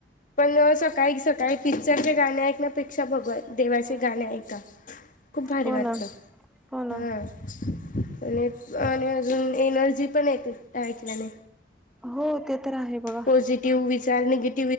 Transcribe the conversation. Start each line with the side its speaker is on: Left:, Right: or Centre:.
Left: पण सकाळी सकाळी पिक्चरचे गाणे ऐकण्यापेक्षा भगवा देवाचे गाणे ऐका <unintelligible> खूप भारी
Centre: हो
Left: वाटतं
Centre: ना हो ना
Left: हा आणि आणि अजून एनर्जी पण येते ऐकल्याने
Centre: हो ते तर आहे बघा
Left: पॉझिटिव्ह वि <inaudible>